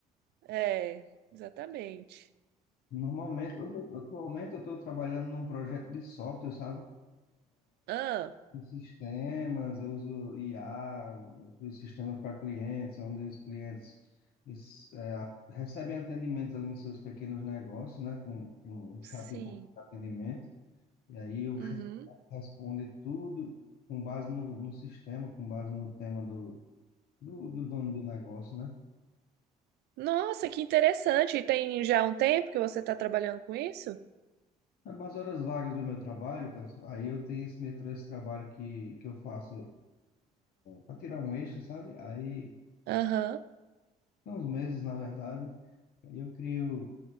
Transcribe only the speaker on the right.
é, exatamente.
Ah,
sim.
Uhum.
Nossa, que interessante. E tem já um tempo que você está trabalhando com isso?
Aham.